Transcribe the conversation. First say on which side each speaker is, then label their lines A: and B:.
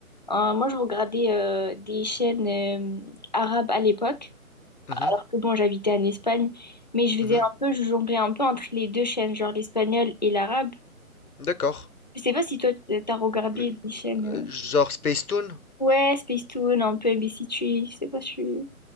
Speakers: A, on the left (about 30°); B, on the left (about 80°).
A: Euh, moi, je regardais euh, des chaînes euh, arabes à l'époque,
B: Mhm,
A: alors que bon, j'habitais en Espagne, mais je
B: mhm,
A: faisais un peu, je jonglais un peu entre les deux chaînes, genre l'espagnol et l'arabe.
B: d'accord.
A: Je sais pas si toi, t- t'as regardé
B: Euh,
A: des chaînes.
B: euh,
A: euh,
B: Genre Spacetoon,
A: Ouais, Toon, un peu mbc three je sais pas si